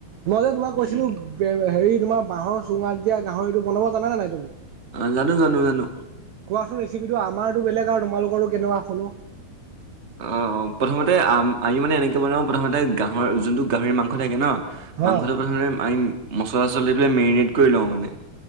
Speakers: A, on the right; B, on the right.
A: মই যে তোমাক কৈছিলোঁ-
B: উম
A: হেৰি তোমাৰ বাঁহৰ চুঙাত দিয়া গাহৰি, এইটো বনাব জাননে নাই তুমি?
B: অঁ জানো, জানো, জানো।
A: কোৱাচোন ৰেচিপিটো, আমাৰটো বেলেগ আৰু তোমালোকৰটো কেনেকোৱা শুনো।
B: অঁ, প্ৰথমতে আম আমি মানে এনেকে বনাওঁ প্ৰথমতে- গাঁহৰ যোনটো গাহৰি মাংস থাকে ন, মাংসটো
A: অ
B: প্ৰথমে আমি- মচলা চচলা বিলাক দি পেলাই মেৰিনেট কৰি লওঁ, মানে